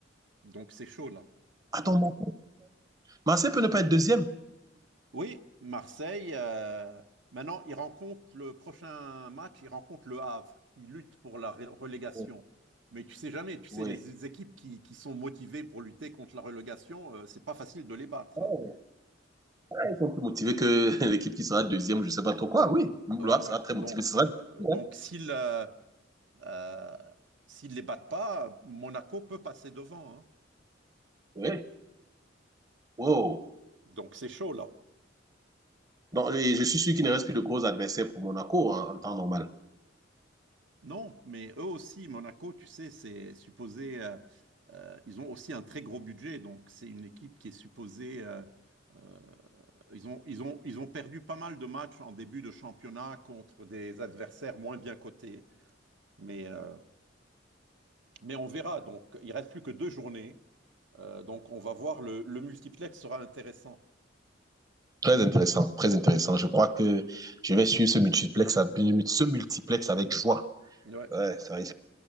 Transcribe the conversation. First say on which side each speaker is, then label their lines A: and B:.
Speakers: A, on the right; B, on the right.
A: Donc c'est chaud là.
B: Attends, Mar- Marseille peut ne pas être deuxième?
A: Oui, Marseille, euh, maintenant ils rencontrent le prochain match, ils rencontrent le Havre. Ils luttent pour la ré- relégation.
B: Oh,
A: Mais tu sais jamais, tu sais,
B: Oui.
A: les équipes qui, qui sont motivées pour lutter contre la relégation, euh, c'est pas facile de les battre.
B: Oh,
A: hein.
B: Ouais, Ils sont plus motivés que <laughs> l'équipe qui sera deuxième, je ne sais pas trop quoi. Oui, Loire
A: Ouais, ouais.
B: sera très
A: Donc,
B: motivé. Ce sera
A: euh,
B: difficile,
A: donc
B: hein.
A: s'ils euh, euh, s'ils les battent pas, Monaco peut passer devant. hein.
B: Oui. Wow.
A: Donc c'est chaud là.
B: Donc, et je suis sûr qu'il ne reste plus de gros adversaires pour Monaco en, en temps normal.
A: Non, mais eux aussi, Monaco, tu sais, c'est supposé, euh, euh, ils ont aussi un très gros budget, donc c'est une équipe qui est supposée, euh, euh, ils ont, ils ont, ils ont perdu pas mal de matchs en début de championnat contre des adversaires moins bien cotés, mais, euh, mais on verra, donc il reste plus que deux journées, Euh, donc on va voir, le, le multiplex sera intéressant.
B: Très intéressant, très intéressant. Je crois que je vais suivre ce multiplex, à- ce multiplex avec joie.
A: Ouais,
B: Ouais, ça risque